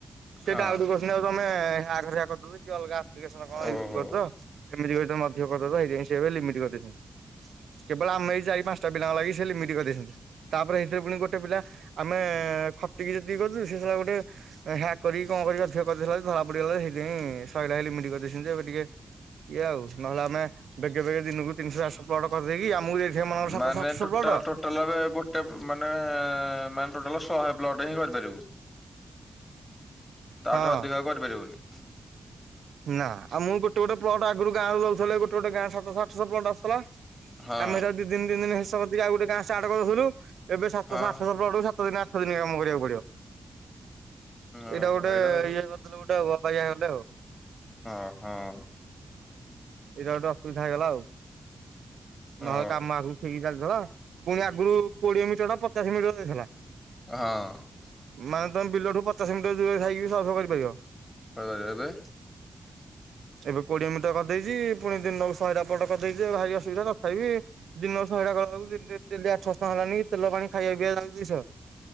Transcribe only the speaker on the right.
ସିଏ
ଡାଉଟୁ କରିଛନ୍ତି ଆଉ ତମେ <unintelligible> ଅଲଗା ଆପ୍ଲିକେସନ କଣ
ୟୁଜ କରୁଛ। ଏମତି କହି ତମେ ଅଧିକ କରିଦବ ହେଇତି ପାଇଁ ସେ ହିସାବ ରେ ଲିମିଟ କରିଦେଇଛନ୍ତି କେବଳ ଆମ ଏଇ ଚାରି ପାଞ୍ଚ ପିଲାଙ୍କ ଲାଗି ସେ ଲିମିଟ କରି ଦେଇଛନ୍ତି। ତାପରେ ହେଇତିରେ ପୁଣି ଗୋଟେ ପିଲା ଆମେ ଖଟିକି ଯେତିକି କରଛୁ ସେ ଶଳା ଗୋଟେ ହ୍ୟାକ୍ କରି କଣ କରି ଅଧିକ କରିଦେଲା ଯେ ଧରା ପଡିଗଲା ସେଇଥିପାଇଁ ଶହେ ଲିମିଟ କରିଦେଇଛନ୍ତି, ଏବେ ଟିକେ ଏଇଆ ଆଉ ନହେଲେ ଆମେ ବେଗେ ବେଗେ ଦିନକୁ ତିନିଶହ ଚାରିଶହ ପ୍ଲଟ କରିଦେଇକି ଆମକୁ ସେଅମାନଙ୍କର
ସାତଶ ଆଠଶ
ପ୍ଲଟ।
ହଁ।
ନା ଆଉ ମୁଁ ଗୋଟେ ଗୋଟେ ପ୍ଲଟ ଆଗରୁ ଗାଁରୁ ଦଉଥିଲେ ଗୋଟେ ଗୋଟେ ଗାଁ ସାତଶ ଆଠଶ ପ୍ଲଟ ଆସୁଥିଲା।
ଆମେ ତାକୁ ଦି ଦିନ ତିନି ଦିନ ହିସାବରେ ଆଉ ଗୋଟେ ଗାଁ ଷ୍ଟାର୍ଟ କରଦଉଥିଲୁ ଏବେ ସାତଶହ
ଆଠଶହ ପ୍ଲଟକୁ ସାତ ଦିନ ଆଠ ଦିନ କାମ କରିବାକୁ ପଡିବ,
ଏଇଟା ଗୋଟେ
ଇଏ କରିଦେଲେ ଗୋଟେ <unintelligible>
ଏଇଟା ଗୋଟେ ଅସୁବିଧା ହେଇଗଲା ଆଉ
ନହେଲେ କାମ ଆଗକୁ ଠିକ ଚାଲିଥିଲା ପୁଣି ଆଗରୁ କୋଡିଏ ମିଟର ଟା ପଚାଶ ମିଟର ଦେଇଥିଲା।
ମାନେ ତମେ ବିଲ ଠୁ ପଚାଶ ମିଟର ଦୂରରେ ଥାଇକି ବି ସର୍ଭେ କରିପାରିବ।
ଏବେ କୋଡିଏ ମିଟର କରିଦେଇଛି ପୁଣି ଦିନକୁ ଶହେଟା ପ୍ଲଟ କରିଦେଇଛି ଭାଇ ଅସୁବିଧା ତଥାପି ଦିନକୁ ଶହେଟା କଲା ବେଳୁକୁ ଡେଲି ଆଠଶ ଟଙ୍କା ହେଲାନିକି ତେଲ ପାଣି ଖାଇବା ପିଇବା ଯାଉ ଦୁଇ ଶ।